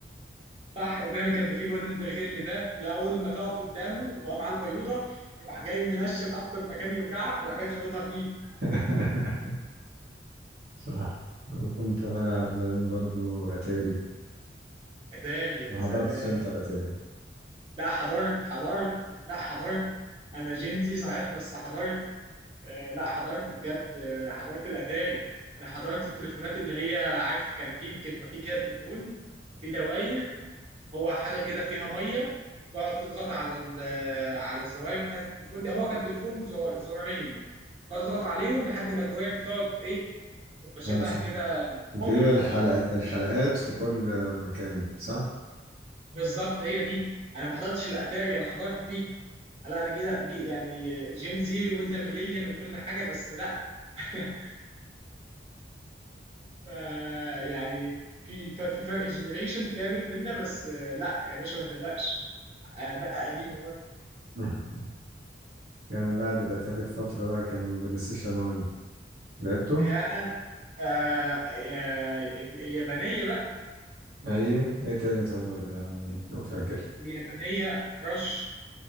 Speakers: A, on the right; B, on the right.
A: صح ودايما كان بيبقى فيه الواد البغل ده لا اول ما تقف قدامه وهو معاه البيوضه يروح جاي منشن اكتر مكان يوجعك ويروح جاي خبطها فيه
B: <laughs> صح وكنت بلعب زمان برضو أتاري
A: اتاري يا
B: ما
A: سلام
B: حضرتش أنت الأتاري
A: لا حضرت حضرت لا حضرت انا جينزي صحيح بس حضرت آه لا حضرت بجد آه حضرت الاتاري انا حضرت التليفونات اللي هي عارف كان في بيبقى في كده تليفون في دواير هو حاجه كده فيها ميه تقعد تضغط على ال- على الزراير بتاعت التليفون ده هو كان تليفون زر- زرارين تقعد تضغط عليهم لحد ما الدوائر دي تقعد ايه تبقى شبه
B: خمسة
A: كده
B: كنت
A: قمع
B: بجيب الحلق...
A: وتقعد تحط
B: الحلقات
A: فيه
B: في كل مكان صح؟
A: بالظبط هي دي انا ما حضرتش الاتاري انا حضرت دي لا انا كده جي- يعني جين زيري وانت ميلينيال وكل حاجه بس لا <laughs> ف- يعني في ف- في فرق جنريشن كامل بينا بس آه، لا يا باشا ما تقلقش آه، ده قديم
B: <laughs> كان بعد الأتاري بفترة بقى كان بلاي ستيشن 1 لعبته؟
A: يا آه يا اليابانية بقى
B: أيوه إيه تاني طيب غير الألمانية لو فاكر
A: اليابانية كراش